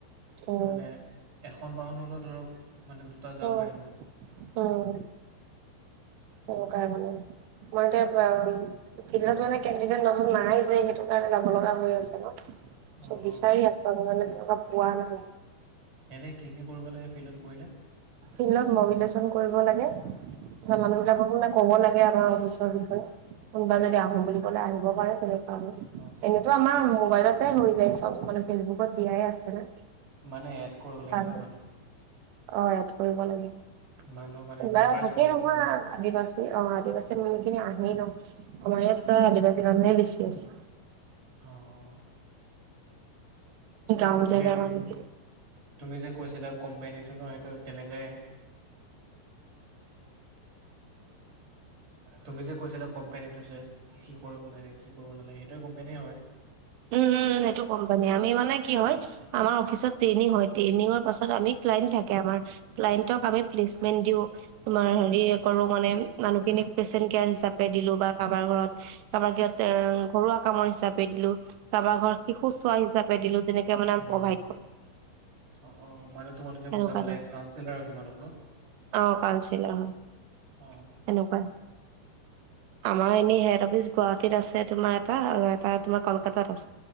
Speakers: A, on the right; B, on the right.
A: উম,
B: মানে এখন বাহন হ'লেও ধৰক, মানে দুটা যাব
A: অ',
B: পাৰিব
A: উম, <unintelligible> মই এতিয়া ফিল্ডত মানে, কেনদিদেট নতুন নাই যে, সেইটোকাৰণে যাব লগা হৈ আছে ন! চ'
B: অ
A: বিচাৰি
B: অ
A: আছো আমি মানে পোৱা নাই।
B: এনে কি কি কৰিব লাগে ফিল্ডত? কৰিলে
A: ফিল্ডত মবিলেচন কৰিব লাগে। তাৰপিছত
B: উম,
A: মানুহবিলাককো মানে ক'ব লাগে, আমাৰ অফিচৰ বিষয়ে। কোনোবা যদি আহো বুলি আহিব পাৰে, তেনেকুৱা আৰু।
B: অ,
A: এনেতো আমাৰ মোবাইলতে হৈ যায় চব মানে, ফেচবুকত দিয়াই আছে না!
B: মানে এড কৰিব লাগে
A: তাৰ
B: ন মানুহ?
A: অ' এড কৰিব লাগে।
B: মানুহ মানে
A: কিবা
B: মেম্বাৰ্চ
A: থাকেই
B: বঢ়াব
A: নহয়
B: লাগে আৰু।
A: আদিব অ' আদিবাসী মানুহখিনি আহেই ন? আমাৰ ইয়াত প্ৰায় আদিবাসী মানুহে বেছি আছে।
B: অ'।
A: গাঁও
B: সেই,
A: জেগাৰ
B: তু-তুমি
A: মানুহখিনি
B: যে কৈছিলা কোম্পানীটো ন? সেইটো তেনেকাই। তুমি যে কৈছিলা কোম্পনীটো যে, কি কৰিব লাগে, কি কৰিব নালাগে! সেইটোৱে কোম্পানীয়ে হয়।
A: উম উম, সেইটো কোম্পানীয়ে। আমি মানে কি হয়! আমাৰ অফিচত মানে ট্ৰেইনিং হয়, ট্ৰেইনিংৰ পাছত ক্লাইণ্ট থাকে ক্লাইণ্টক আমি প্লেচমেণ্ট দিও, তোমাৰ হেৰি কৰো মানে মানুহখিনিক পেচেন্ট কেয়াৰ হিচাপে দিলো, বা কাৰোবাৰ ঘৰত। কাৰোবাৰ ঘৰত এ ঘৰুৱা কামৰ হিচাপে দিলো। কাৰোবাৰ ঘৰত শিশু চোৱা হিচাপে দিলো, তেনেকে মানে আমি
B: উম,
A: প্ৰভাইড কৰো।
B: অ' অ' মানে তোমালোকে
A: তেনেকুৱা
B: বুজাব লাগে।
A: ধৰণৰ
B: কাউঞ্চিলৰ আৰু তোমালোক ন?
A: অ' <unintelligible> হয়
B: অ,
A: তেনেকুৱাই আমাৰ এনে হেড অফিচ গুৱাহাটীত আছে তোমাৰ এটা, আৰু এটা তোমাৰ কলকাতাত আছে।